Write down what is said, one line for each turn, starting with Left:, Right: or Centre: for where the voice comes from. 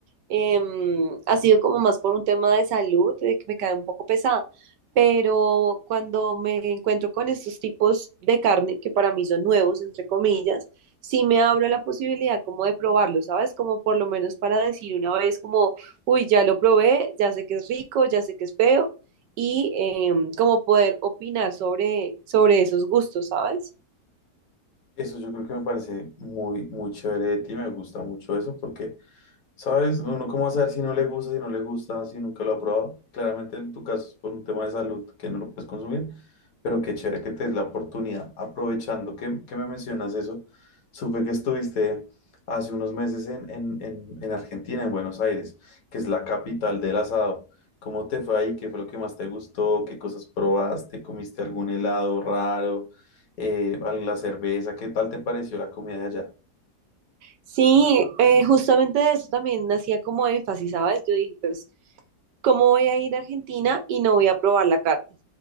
Right: Em, ha sido como más por un tema de salud, de que me cae un poco pesada, pero cuando me encuentro con estos tipos de carne, que para mí son nuevos, entre comillas, sí me abro a la posibilidad como de probarlo, ¿sabes? Como por lo menos para decir una vez como, uy, ya lo probé, ya sé que es rico, ya sé que es feo, y em, como poder opinar sobre, sobre esos gustos, ¿sabes?
Left: Eso yo creo que me parece muy, muy chévere de ti, me gusta mucho eso porque ¿Sabes? Uno cómo va a saber si no le gusta, si no le gusta, si nunca lo ha probado. Claramente en tu caso es por un tema de salud que no lo puedes consumir, pero qué chévere que te des la oportunidad. Aprovechando que, que me mencionas eso, supe que estuviste hace unos meses en, en, en, en Argentina, en Buenos Aires, que es la capital del asado. ¿Cómo te fue ahí? ¿Qué fue lo que más te gustó? ¿Qué cosas probaste? ¿Comiste algún helado raro? Eh, ¿la cerveza? ¿Qué tal te pareció la comida de allá?
Right: Sí, eh, justamente de eso también hacía como énfasis, ¿sabes? Yo dije, pues, ¿cómo voy a ir a Argentina y no voy a probar la carne?